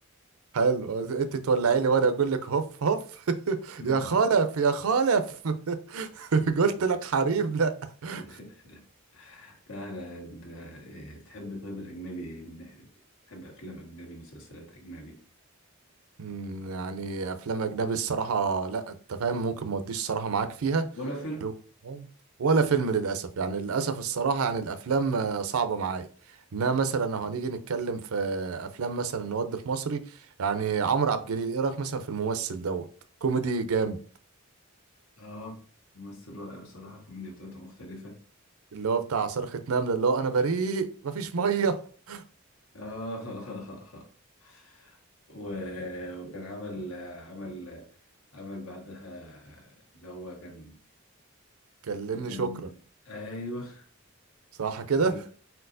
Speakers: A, on the right; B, on the left.
A: حلو انت تولعي لي وانا اقول لك هف هف <laughs>
B: تحبوا
A: يا خلف
B: <laughs>
A: يا خلف <laughs> قلت لك حريم لا
B: <laughs>
A: <laughs>
B: تعالى انت إيه، بتحب طيب الأجنبي إيه؟ من ناحية إيه؟ بتحب أفلام أجنبي مسلسلات أجنبي
A: أمم، يعني افلام اجنبي الصراحه لا انت فاهم ممكن ما اوديش الصراحه معاك فيها
B: ولا فيلم؟
A: حلو الكلام. ولا فيلم للاسف يعني للاسف الصراحه يعني الافلام آه، صعبه معايا انها مثلا لو هنيجي نتكلم في افلام مثلا نود في مصري يعني عمرو عبد الجليل ايه رايك مثلا في الممثل دوت كوميدي جامد
B: آه ممثل رائع بصراحة الكوميديا بتاعته مختلفة
A: اللي هو بتاع صرخة نملة اللي هو انا بريء مفيش ميه <laughs>
B: آه <laughs> و- وكان عمل عمل عمل بعدها اللي هو كان
A: كلمني
B: كان
A: شكرا
B: أيوه
A: صح كده
B: جدع،